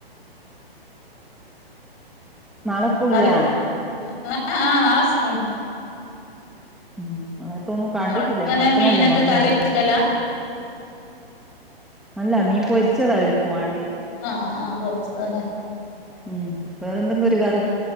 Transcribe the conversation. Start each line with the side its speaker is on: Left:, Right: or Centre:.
Centre: നാളെ സ്കൂള്
Left: കറി
Centre: ഇല്ല
Left: ആഹ് ആഹ നാളെ സ്കൂൾ ഒണ്ട്
Centre: ഉം അളത്തൊന്നും കണ്ടിട്ടില്ല
Left: അവിടെങ്ങനെ
Centre: പെട്ടെന്നല്ലേ
Left: മീനൊക്കെ
Centre: വന്നൂടലേ
Left: കറി വെക്കലാ
Centre: അല്ല മീൻ പൊരിച്ചതാ അവൽക്ക് വാണ്ടി
Left: ആഹ് ആഹ് പോളിച്ചത ല്ലേ
Centre: ഉം വേറെ എന്തെങ്കും ഒരു കറി